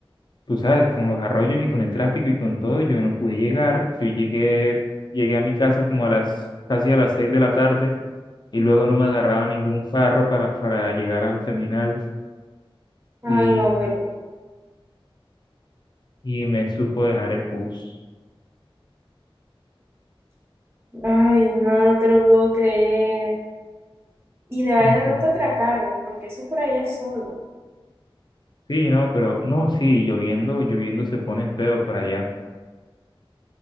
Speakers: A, on the left; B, on the right.
A: tú sabes, con los arroyos y con el tráfico y con todo, yo no pude llegar, yo llegué, llegué a mi casa como a las, casi a las 6 de la tarde y luego no me agarraba ningún carro para, para llegar al terminal.
B: Ay,
A: Y
B: no, pero.
A: y me supo dejar el bus.
B: Ay, no, no te lo puedo creer. Y de vaina
A: Entonces,
B: no te atracaron, porque eso por allá es solo.
A: sí, no, pero no, sí, lloviendo, lloviendo se pone feo para allá.